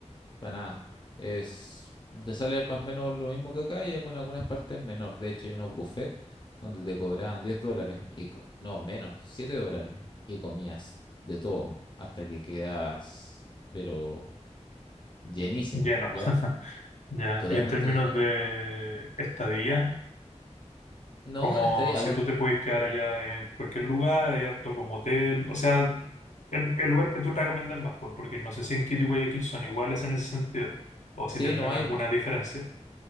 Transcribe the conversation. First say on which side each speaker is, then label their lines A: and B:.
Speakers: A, on the left (about 40°); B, on the left (about 80°).
A: para nada. Es, te sale más o menos lo mismo que acá y con algunas partes menor. De hecho, hay unos buffets donde te cobraban 10 dólares, y, co- no, menos, 7 dólares, y comías de todo hasta que quedas, pero llenísimo,
B: Lleno.
A: ¿ya?
B: <laughs> Ya.
A: Totalmente
B: Y en términos
A: lleno.
B: de estadía,
A: No,
B: como
A: en estadía,
B: si
A: bueno,
B: tú te puedes quedar allá en cualquier lugar, hay harto como hotel, o sea, el, el lugar que tú recomiendas más, por- porque no sé si en Quito y Guayaquil son iguales en ese sentido, o
A: sí,
B: si tendrán
A: no hay,
B: alguna diferencia.